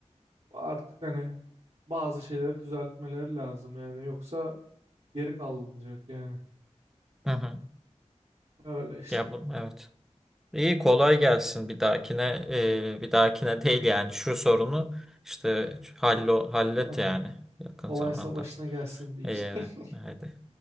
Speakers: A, on the right (about 50°); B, in the centre.
A: artık hani bazı şeyleri düzeltmeleri lazım yani yoksa geri kalınacak yani.
B: Hı hı.
A: Öyle işte.
B: Ya bu evet. İyi kolay gelsin bir dahakine Ee, bir dahakine değil yani şu sorunu işte hallo hallet
A: Ah,
B: yani yakın
A: Olaysa
B: zamanda.
A: başına gelsin diyeyim.
B: İyi,
A: <laughs>
B: haydi.